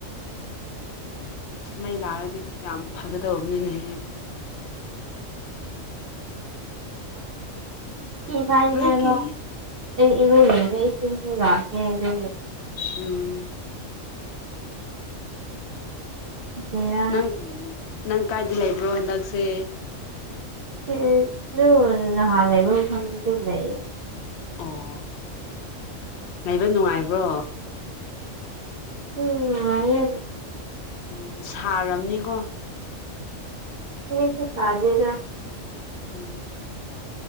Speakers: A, on the left; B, on the right.
A: ꯃꯩ ꯂꯥꯛꯔꯗꯤ ꯌꯥꯝ ꯐꯒꯗꯧꯕꯅꯤꯅꯦ
B: ꯊꯤ ꯐꯥꯏꯔꯤꯉꯩꯗ
A: ꯕ꯭ꯂꯦꯛꯀꯤ
B: ꯑꯩ ꯏꯔꯨꯖꯕꯩ ꯏꯁꯤꯡꯁꯨ ꯂꯥꯛꯇꯦ ꯑꯗꯨꯒꯤ
A: ꯎꯝ
B: <unintelligible>
A: ꯅꯪ ꯅꯪ ꯀꯥꯏꯗ ꯂꯩꯕ꯭ꯔꯣ ꯍꯟꯗꯛꯁꯦ
B: ꯑꯗꯨꯝ ꯅꯍꯥꯟ ꯂꯩꯕ ꯃꯐꯝꯗ ꯑꯗꯨꯝ ꯂꯩꯌꯦ
A: ꯑꯣ ꯂꯩꯕ ꯅꯨꯡꯉꯥꯏꯕ꯭ꯔꯣ
B: ꯎꯝ ꯅꯨꯡꯉꯥꯏꯌ‌ꯦ
A: ꯎꯝ ꯁꯥꯔꯝꯅꯤꯀꯣ
B: ꯀ꯭ꯔꯤꯁꯨ ꯁꯥꯗ‌ꯦꯗ
A: ꯎꯝ